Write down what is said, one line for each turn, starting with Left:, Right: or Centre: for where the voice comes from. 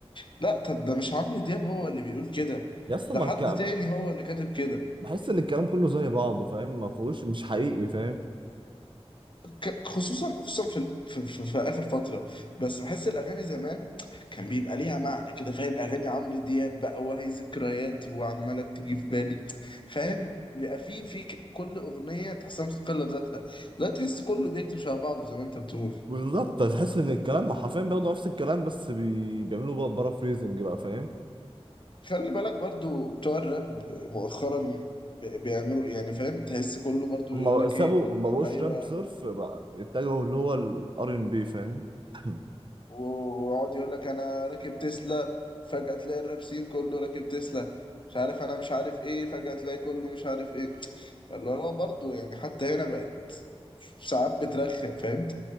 Left: لا طب ده مش عمرو دياب هو اللي بيقول كده
Right: يا اسطى
Left: ده
Right: ما
Left: حد
Right: الك-
Left: تاني هو اللي كاتب كده
Right: بحس إن الكلام كله زي بعضه فاهم ما فيهوش مش حقيقي فاهم
Left: ك- خصوصا خصوصا في, في, في, في اخر فتره بس بحس الاغاني زمان كان بيبقى ليها معنى كده فاهم اغاني عمرو دياب بقى وهي ذكريات وعماله بتيجي في بالي فاهم بيبقى في في ك- كل اغنيه تحسها مستقله بذاتها لا تحس كله بيكتب شبه بعضه زي ما انت بتقول
Right: بالظبط تحس إن الكلام حرفيا بياخدوا نفس الكلام بس بي... بيعملوا بقى فريزنج بقى فاهم
Left: خلي بالك برضو بتوع الراب مؤخرا بي- بيعملوا يعني فاهم تحس كله برضو
Right: هما
Left: يقول لك
Right: سابوا
Left: ايه
Right: ما بقوش
Left: ايوه
Right: راب صرف بقى اتجهوا اللي هو الار ان بي فاهم <clears throat> <laughs>
Left: ويقعد يقول لك انا راكب تسلا فجأة تلاقي الرابسين كله راكب تسلا مش عارف انا مش عارف ايه فجأة تلاقي كله مش عارف ايه فاللي هو برضه يعني حتى هنا بقت ساعات بترخم فاهم